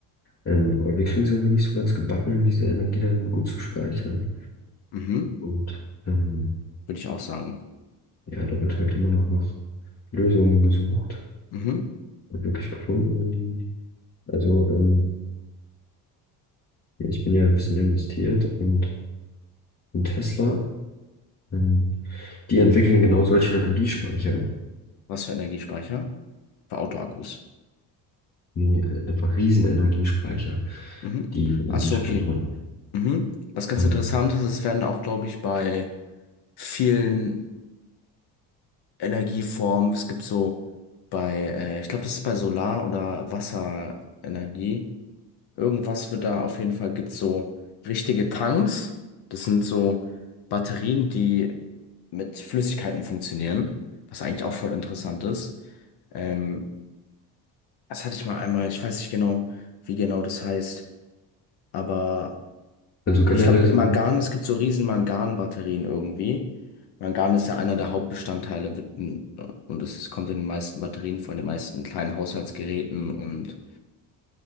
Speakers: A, on the left (about 35°); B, on the left (about 65°).
A: Ähm, aber wir kriegen es irgendwie nicht so ganz gebacken, diese Energie dann gut zu speichern.
B: Mhm.
A: Und ähm,
B: Würde ich auch sagen.
A: ja, da wird halt immer noch nach Lösungen gesucht,
B: Mhm.
A: ob wirklich gefunden werden. die- Also, ähm, ja, ich bin ja ein bisschen investiert und Und Tesla, ähm, die entwickeln genau solche Energiespeicher,
B: Was für Energiespeicher? Für Autoakkus.
A: wie äh, einfach Riesenenergiespeicher,
B: Mhm.
A: die Energie
B: Ach so,
A: speichern.
B: okay. Mhm. Was ganz
A: Ähm,
B: interessant ist, es werden auch, glaube ich, bei vielen. Energieformen. Es gibt so bei, äh, ich glaube, das ist bei Solar- oder Wasserenergie. Irgendwas wird da auf jeden Fall, gibt so richtige Tanks. Das sind so Batterien, die mit Flüssigkeiten funktionieren, was eigentlich auch voll interessant ist. Ähm, das hatte ich mal einmal, ich weiß nicht genau, wie genau das heißt, aber.
A: also generell
B: Ich glaube,
A: so,
B: Mangan, es gibt so riesen Mangan-Batterien irgendwie. Mangan ist ja einer der Hauptbestandteile wird in- und es kommt in den meisten Batterien vor, in den meisten kleinen Haushaltsgeräten und